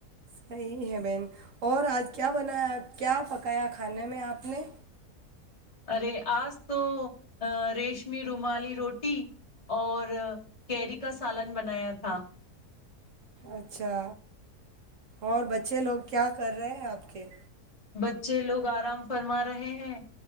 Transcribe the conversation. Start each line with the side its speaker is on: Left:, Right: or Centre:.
Right: صحیح ہے بہن اور آج کیا بنایا کیا پکایا کھانے میں آپ نے
Left: ارے آج تو ریشمی رومالی روٹی اور کیری کا سالن بنایا تھا
Right: اچھا اور بچے لوگ کیا کر رہے ہیں آپ کے
Left: بچے لوگ آرام فرما رہے ہیں